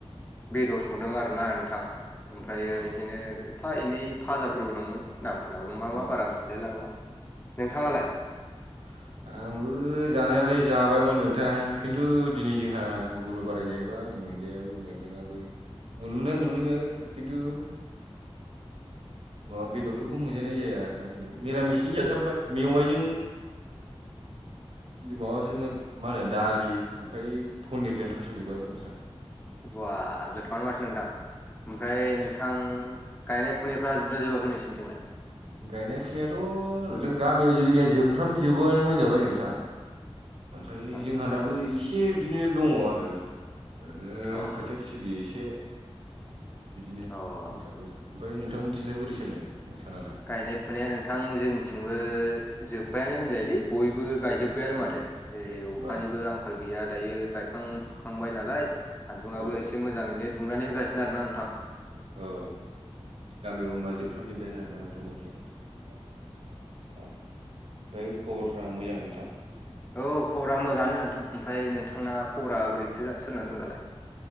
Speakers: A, on the left; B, on the right.
A: बेदर संदों आरोना नोंथां ओमफ्रायो
B: अ
A: इदिनो एफा एनैसो फाजाफोरबो दंमोन नामफोराबो मा मा
B: औ
A: बारा मिथिलाय लांला नोंथाङालाय
B: औ <inaudible> आंबो जानायालाय जाबायमोन नोंथां खिन्थु दिनै जोंहा गुरु बाराय जायो। बाय मोन्दायाबो मोनलोङाबो मोनलोंनाया मोनलोङो खिन्थु ओ माबा बेदरफोरखौ मोनजानाय जाया आरो ना जोंनियाव मिरामिसजोंनो जासाबबाय मेवाइजोंओ माबासोमोन मा होनो दालि ओमफाय पनिरजों थास' बिबारमोन नोंथां।
A: बा गोथावानो माथो नोंथां ओमफ्राय नोंथां। गायनाय फुनायफ्रा जोबदोंना जोबाखै नोंसिनिथिंलाय।
B: गायनाय फुनायाथ' नोंथां गामियाव जोंनिया जोबफ्रामजोबोआनो होनजाबाय नोंथां। ओमफाय
A: आदसा
B: जोंहानाबो इसे बिदिनो दङ आरो। ओरैनो
A: अ
B: खोथिया थिलि एसे। बिदिनो
A: अ
B: दंसाबो ओमफाय नोंथां मोननिथिंलाय बोरै सोलिदों नोंथांनालाय?
A: गायनाय फुनाया नोंथां जोंनिथिंबो जोबबायानो होनजायोलै बयबो गायजोबबायानो
B: उम
A: माथो ओरै अखानिबो
B: होमबा
A: आंखाल गैया दायो गायखां-फुखांबाय नालायो। सान्दुङाबो
B: औ
A: एसे मोजाङैनो दुंनानै होगासिनो आरोना नोंथां।
B: औ गामियाव होमबा जोबफ्राम जोबबायानो आरोना नोंथांमोनिथिं औ। अ ओमफाय खबरफ्रा ना‌ मोजां नोंथां?
A: औ खबरा मोजाङानो नोंथां ओमफ्राय नोंथांना खबरा बोरैथो सोलिनानै दं दालायो?